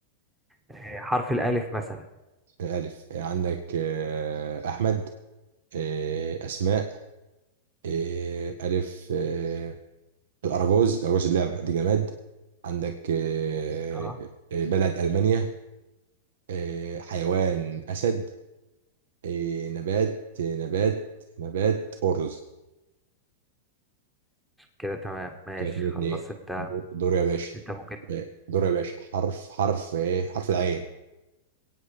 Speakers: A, in the centre; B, on the right.
A: آه حرف الألف مثلا
B: ألف آه، عندك آه، أحمد آه، أسماء آه، ألف آه، الأراجوز الأراجوز اللعبة دي جماد عندك آه،
A: اه
B: آه، بلد ألمانيا آه، حيوان أسد آه، نبات آه، نبات نبات أرز
A: كده تمام ماشي
B: كده اتنين اتنين
A: خلاص انت
B: دور دور يا باشا
A: انت ممكن
B: آه، دور يا باشا حرف حرف إيه حرف العين